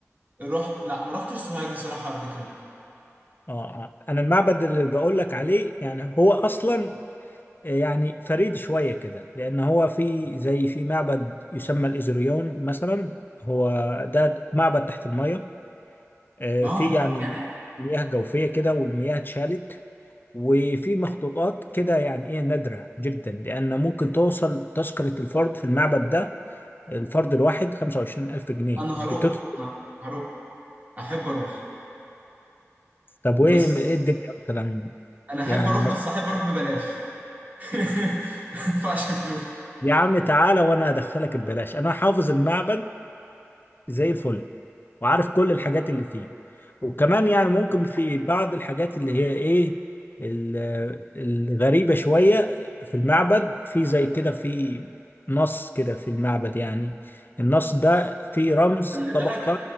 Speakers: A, on the right (about 40°); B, on the left (about 40°).
A: رحت لا ما رحتش سوهاج الصراحه قبل كده
B: اه انا المعبد اللي بقول لك عليه يعني هو اصلا يعني فريد شويه كده لان هو في زي في معبد يسمى الايزوريون مثلا هو ده معبد تحت الميه آه،
A: اه
B: في يعني
A: جامد
B: مياه جوفيه كده والمياه اتشالت وفي مخطوطات كده يعني ايه نادره جدا لان ممكن توصل تذكره الفرد في المعبد ده الفرد الواحد 25000 جنيه
A: انا
B: بتدخل
A: هروح انا هروح احب اروح
B: طب
A: بس
B: وايه ايه الدنيا مثلا
A: انا احب
B: يعني
A: اروح
B: مثلا
A: بس احب اروح ببلاش <laughs> ما ادفعش فلوس
B: يا عم تعالى وانا ادخلك ببلاش انا حافظ المعبد زي الفل وعارف كل الحاجات اللي فيه وكمان يعني ممكن في بعض الحاجات اللي هي ايه ال- الغريبة شوية في المعبد في زي كده في نص كده في المعبد يعني النص ده فيه رمز
A: خلي
B: طبق
A: بالك